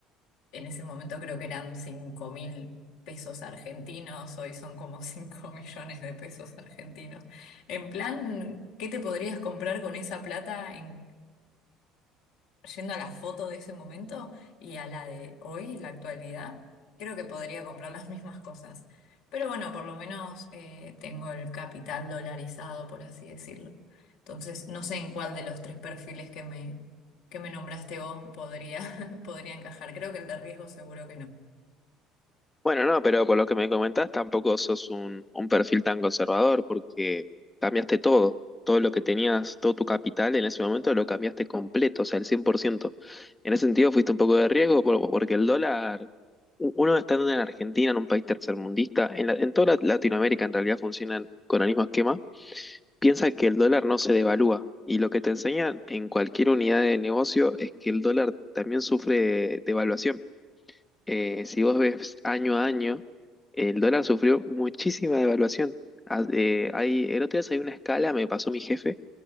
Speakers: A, on the left (about 75°); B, on the left (about 15°).
A: en ese momento creo que eran cinco mil pesos argentinos, hoy son como <laughs> cinco millones de pesos argentinos. En plan, ¿qué te podrías comprar con esa plata en, yendo a la foto de ese momento y a la de hoy, la actualidad, creo que podría comprar las <laughs> mismas cosas. Pero bueno, por lo menos eh, tengo el capital dolarizado, por así decirlo. Entonces, no sé en cuál de los tres perfiles que me, que me nombraste vos podría, <laughs> podría encajar. Creo que el de riesgo seguro que no.
B: Bueno, no, pero por lo que me comentás, tampoco sos un, un perfil tan conservador porque cambiaste todo. Todo lo que tenías, todo tu capital en ese momento lo cambiaste completo, o sea, el 100%. En ese sentido fuiste un poco de riesgo por- porque el dólar, u- uno estando en Argentina, en un país tercermundista, en, la- en toda la- Latinoamérica en realidad funcionan con el mismo esquema, piensa que el dólar no se devalúa. Y lo que te enseñan en cualquier unidad de negocio es que el dólar también sufre devaluación eh, si vos ves año a año, el dólar sufrió muchísima devaluación. Ah, eh, hay, el otro día salió una escala, me pasó mi jefe,